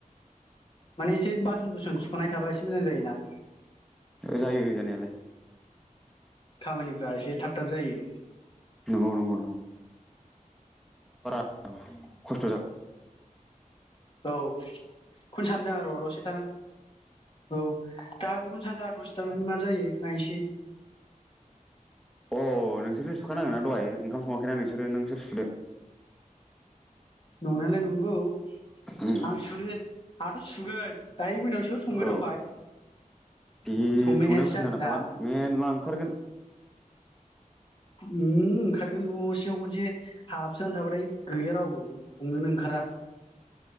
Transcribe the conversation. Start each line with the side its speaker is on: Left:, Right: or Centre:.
Left: माने एसे बासन बुसुन सुखनाय थाबा एसे मोजां जायोना।
Centre: जायो जानायालाय।
Left: खामानिफ्रा एसे थाब। थाब जायो।
Centre: नंगौ नंगौ औ ।
Left: औ खौनो सानदों आं र' दसे थाना। औ दा बेखौनो सानदों आं दसे थानानै मा जायो नायसै।
Centre: अ नोंसोरथ' सुखानांगोनना दहाय ओंखाम संङा। गोना नोंसोरो नोंसोर सुदो।
Left: नंनायलाय नंगौ ।
Centre: उम
Left: आं सुनि आंहाथ सुगोन दायो मोनायाव सोर संगोन
Centre: औ
Left: ओमफाय
Centre: बे
Left: संनायासो
Centre: संनायखौ
Left: जागोन
Centre: सिन्थथा
Left: दा
Centre: खालाम मेनला ओंखारगोन।
Left: ओ ओंखारगोन नसिङाव खनसे हाबसानो थाबाथाय गैया रावबो संनोनो ओंखारा ।